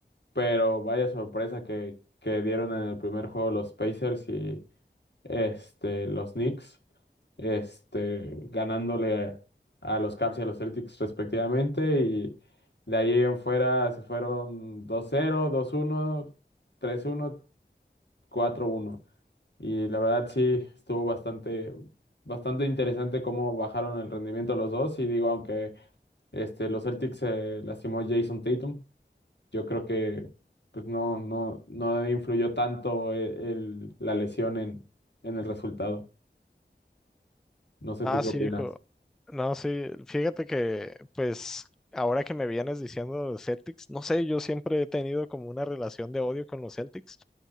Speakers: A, on the left; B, in the centre.
A: Pero vaya sorpresa que, que dieron en el primer juego los Pacers y este, los Knicks, este, ganándole a los Caps y a los Celtics respectivamente. Y de ahí en fuera se fueron dos cero dos uno tres uno cuatro uno Y la verdad sí, estuvo bastante, bastante interesante cómo bajaron el rendimiento los dos. Y digo, aunque este, los Celtics se lastimó Jason Tatum yo creo que pues no, no, no influyó tanto e- el, la lesión en, en el resultado. No sé
B: Ah,
A: tú qué
B: sí,
A: opinas.
B: viejo. No, sí, fíjate que, pues, ahora que me vienes diciendo de los Celtics, no sé, yo siempre he tenido como una relación de odio con los Celtics.